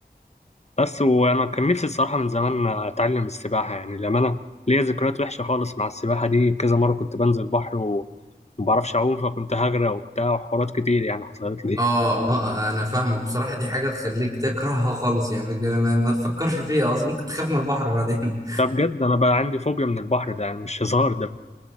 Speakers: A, on the left; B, on the right.
A: بس وانا كان نفسي الصراحه من زمان اتعلم السباحه يعني لما انا ليا ذكريات وحشه خالص مع السباحه دي كذا مره كنت بنزل بحر و- وما بعرفش اعوم فكنت هغرق وبتاع وحوارات كتير يعني حصلت لي
B: اه اه انا فاهمك بصراحة دي حاجة تخليك تكرهها خالص يعني ما, ما ما تفكرش فيها اصلا ممكن تخاف من البحر بعدين
A: ده بجد انا بقى عندي فوبيا من البحر ده يعني مش هزار ده